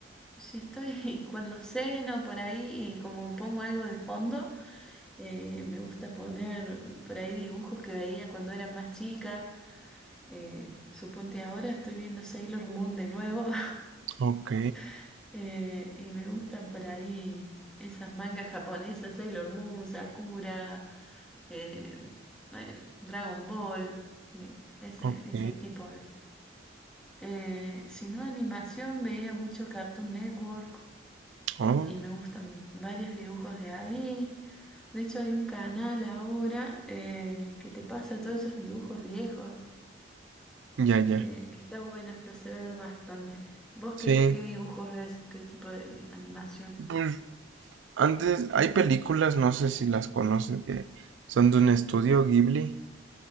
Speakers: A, in the centre; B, on the right.
A: si estoy <laughs> cuando ceno por ahí y como pongo algo de fondo, eh, me gusta poner por ahí dibujos que veía cuando era más chica. Eh, suponte ahora estoy viendo Sailor Moon de nuevo
B: Ok,
A: <laughs> eh, y me gustan por ahí esas mangas japonesas, Sailor Moon, Sakura, eh, bueno, Dragon Ball, ni- ese,
B: ok,
A: ese tipo Eh, si no animación, veía mucho Cartoon Network
B: oh,
A: y me gustan varios dibujos de ahí. De hecho, hay un canal ahora eh, que te pasa todos esos dibujos viejos,
B: ya, ya.
A: eh, que está bueno, lo sé ver bastante. ¿Vos
B: Sí,
A: qué, qué dibujos ves? ¿Qué tipo de animación?
B: pues antes hay películas, no sé si las conocen, que son de un estudio Ghibli.